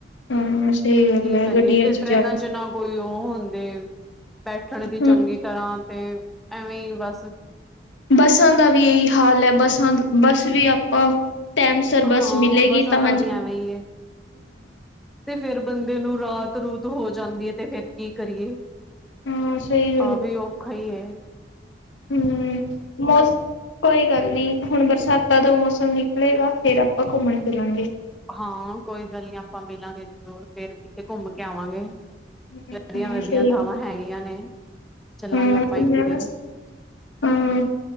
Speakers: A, on the left; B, in the centre.
A: ਹਾਂ ਸਹੀ ਗੱਲ
B: ਕੀ
A: ਹੈ
B: ਕਰੀਏ
A: ਗੱਡੀਆਂ
B: ਤੇ ਟਰੇਨਾਂ
A: ਜਾ ਕੇ
B: ਚ ਨਾ ਕੋਈ ਉਹ ਹੁੰਦੇ ਬੈਠਣ ਦੀ
A: ਹਮ
B: ਚੰਗੀ ਤਰ੍ਹਾਂ ਤੇ ਐਵੇਂ ਬਸ
A: ਬੱਸਾਂ ਦਾ ਵੀ ਇਹੀ ਹਾਲ ਹੈ ਬੱਸਾਂ ਬੱਸ ਵੀ ਆਪਾਂ ਟਾਈਮ ਸਿਰ ਬਸ
B: ਹਾਂ
A: ਮਿਲੇਗੀ
B: ਬੱਸਾਂ
A: ਤਾਂ
B: ਦਾ
A: ਹਾਂ
B: ਵੀ ਐਵੇਂ ਹੀ ਏ। ਤੇ ਫਿਰ ਬੰਦੇ ਨੂੰ ਰਾਤ ਰੂਤ ਹੋ ਜਾਂਦੀ ਹੈ ਤੇ ਫਿਰ ਕੀ ਕਰੀਏ।
A: ਹਾਂ ਸਹੀ
B: ਆ ਵੀ ਔਖਾ ਈ ਏ
A: ਹੂ <unintelligible> ਕੋਈ ਗੱਲ ਨਹੀਂ ਹੁਣ ਬਰਸਾਤਾਂ ਦਾ ਮੌਸਮ ਨਿਕਲੇਗਾ ਫਿਰ ਆਪਾਂ ਘੁੰਮਣ ਫਿਰਾਂਗੇ।
B: ਹਾਂ ਕੋਈ ਗੱਲ ਨੀ ਆਪਾਂ ਮਿਲਾਂਗੇ ਜਰੂਰ ਫਿਰ ਕਿਥੇ ਘੁੰਮ ਕੇ ਆਵਾਂਗੇ।
A: ਹਾਂ
B: ਵਧਿਆ, ਵਧਿਆ
A: ਸਹੀ
B: ਥਾਵਾਂ
A: ਗੱਲ।
B: ਹੈਗੀਆਂ ਨੇ ਚੱਲਾਂਗੇ
A: ਹਾਂ
B: ਆਪਾਂ
A: ਘੁੰਮਣ
B: ਇੱਕ ਦਿਨ
A: ਵਾਸਤੇ ਹਾਂ